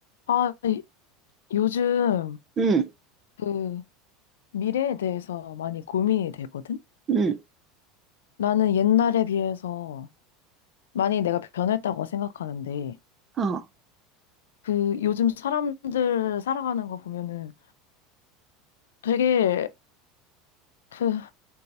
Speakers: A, on the left; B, on the right.
A: 아, 이- 요즘
B: 응,
A: 그 미래에 대해서 많이 고민이 되거든?
B: 응,
A: 나는 옛날에 비해서 많이 내가 변했다고 생각하는데,
B: 어,
A: 그 요즘 사람들 살아가는 거 보면은 되게 그